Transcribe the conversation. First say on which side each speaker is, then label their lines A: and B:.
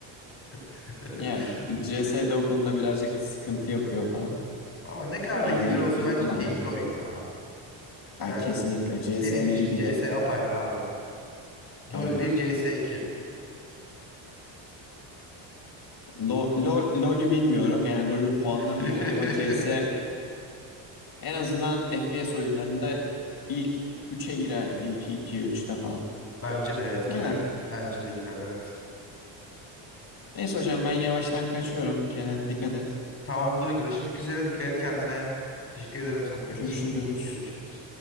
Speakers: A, on the left; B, on the left.
A: <laughs>
B: Yani C S de o konuda birazcık sıkıntı yapıyor falan.
A: Ama ne kadar
B: Yani
A: da hiller olsa bence
B: bulamıyor.
A: keyifli oyun ya.
B: Ya
A: Ben
B: kesinlikle CS'nin
A: benim için
B: bir
A: CS
B: de
A: apayrı abi. LoL
B: öyle.
A: 1 cs iki.
B: Lo, lo, LoL'ü bilmiyorum yani LoL'ü puanlamayacağım
A: <laughs>
B: ama CS en azından FPS oyunlarında ilk üçe girer ya ilk 2 üçte falan.
A: Bence de evet
B: Öyle.
A: girer. Bence de girer evet.
B: Neyse hocam ben yavaştan kaçıyorum. Kendine dikkat et.
A: Tamamdır görüşmek üzere. Dikkat et kendine. Teşekkür ederim sohbet
B: Görüşürüz.
A: için. Görüşürüz.